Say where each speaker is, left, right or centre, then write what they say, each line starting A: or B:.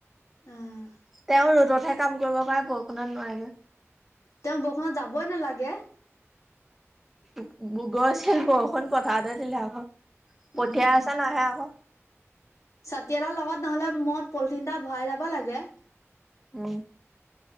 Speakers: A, on the left (about 85°); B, in the centre.
A: উম',
B: তেওঁ ৰ'দতহে কাম কৰিব পাৰে, বৰষুণত নোৱাৰে নহয়',
A: তেওঁ বৰষুণত যাবই নালাগে',
B: গ', -গৈ', -গৈছে', বৰষুণ পথাৰতে দিলে আকৌ', পঠিয়াই
A: উম
B: আছে নাহে আকৌ',
A: ছাতি এটাৰ লগত নহ'লে, মূৰত পলিথিন এটা ভৰাই যাব লাগে',
B: উম',